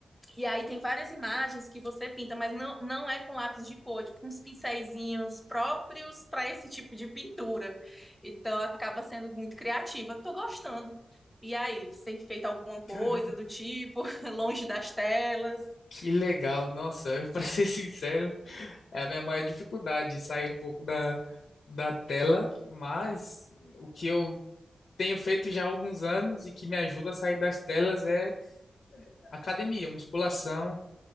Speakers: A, in the centre; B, on the left.
A: e aí tem várias imagens que você pinta, mas não, não é com lápis de cor, é tipo, uns pincéizinhos próprios para esse tipo de pintura. Então, acaba sendo muito criativa. Tô gostando. E aí, você tem feito alguma coisa
B: caramba,
A: do tipo, <laughs> longe das telas?
B: que legal. Nossa, eu, <laughs> para ser sincero, é a minha maior dificuldade sair um pouco da, da tela, mas o que eu tenho feito já há alguns anos e que me ajuda a sair das telas é academia, musculação.